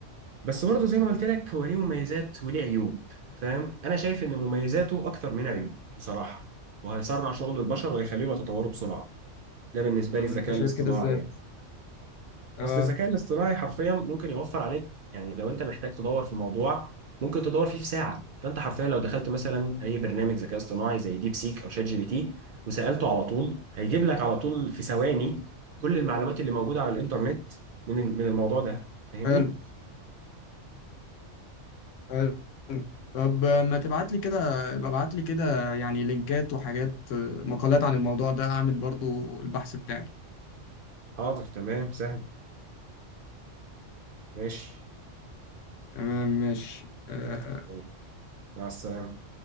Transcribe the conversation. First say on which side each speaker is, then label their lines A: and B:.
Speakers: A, on the right; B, on the left.
A: بس برضه زي ما قلت لك هو ليه مميزات وليه عيوب فاهم انا شايف ان مميزاته اكتر من عيوب بصراحه وهيسرع شغل البشر وهيخليهم يتطوروا بسرعه ده بالنسبه
B: طب
A: لي
B: انت
A: الذكاء
B: شايف
A: الاصطناعي
B: كده ازاي
A: يعني. اصل
B: اه
A: الذكاء الاصطناعي حرفيا ممكن يوفر عليك يعني لو انت محتاج تدور في موضوع ممكن تدور فيه في ساعه فانت حرفيا لو دخلت مثلا اي برنامج ذكاء اصطناعي زي ديب سيك او شات جي بي تي وسالته على طول هيجيب لك على طول في ثواني كل المعلومات اللي موجوده على الانترنت من من الموضوع ده فاهمني؟
B: حلو حلو طب ما تبعت لي كده ابعت لي كده يعني لينكات وحاجات آه، مقالات عن الموضوع ده اعمل برضو البحث بتاعي
A: حاضر تمام سهل ماشي
B: تمام ماشي آه،
A: يلا، مع السلامه